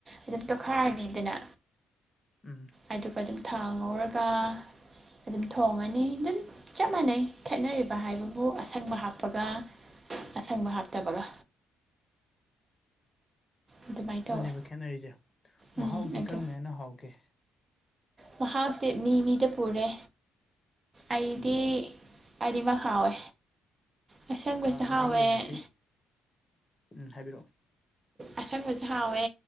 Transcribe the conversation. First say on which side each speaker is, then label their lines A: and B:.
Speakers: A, on the right (about 35°); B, on the left (about 30°).
A: ꯑꯗꯨꯝ ꯇꯣꯠꯈꯥꯏꯔꯅꯤꯗꯅ
B: ꯎꯝ
A: ꯑꯗꯨꯒ ꯑꯗꯨꯝ ꯊꯥꯎ ꯉꯧꯔꯒ ꯑꯗꯨꯝ ꯊꯣꯡꯉꯅꯤ ꯑꯗꯨꯝ ꯆꯞ ꯃꯥꯟꯅꯩ ꯈꯦꯠꯅꯔꯤꯕ ꯍꯥꯏꯕꯕꯨ ꯑꯁꯪꯕ ꯍꯥꯞꯄꯒ ꯑꯁꯪꯕ ꯍꯥꯞꯇꯕꯒ ꯑꯗꯨꯃꯥꯏꯅ
B: ꯑꯗꯨꯅꯦꯕ
A: ꯇꯧꯋꯦ
B: ꯈꯦꯠꯅꯔꯤꯁꯦ
A: ꯎꯝ
B: ꯃꯍꯥꯎꯗꯤ
A: ꯑꯗꯣ
B: ꯀꯔꯝꯕꯅ ꯍꯦꯟꯅ ꯍꯥꯎꯒꯦ
A: ꯃꯍꯥꯎꯁꯦ ꯃꯤ ꯃꯤꯗ ꯄꯨꯔꯦ ꯑꯩꯗꯤ
B: ꯎꯝ
A: ꯑꯅꯤꯃꯛ ꯍꯥꯎꯋꯦ ꯑꯁꯪꯕꯁꯨ
B: ꯑꯥ
A: ꯍꯥꯎꯋꯦ
B: ꯑꯩꯒꯤ ꯑꯣꯏꯅꯗꯤ ꯎꯝ ꯍꯥꯏꯕꯤꯔꯛꯑꯣ
A: ꯑꯁꯪꯕꯁꯨ ꯍꯥꯎꯋꯦ